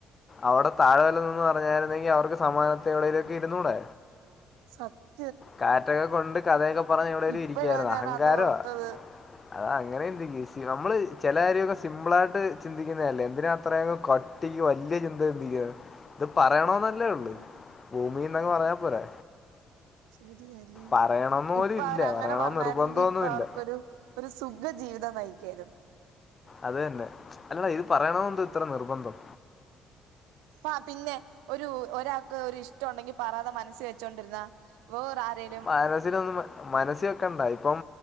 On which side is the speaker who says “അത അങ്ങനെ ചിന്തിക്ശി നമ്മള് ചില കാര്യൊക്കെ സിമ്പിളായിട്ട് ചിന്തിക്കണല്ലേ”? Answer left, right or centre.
Left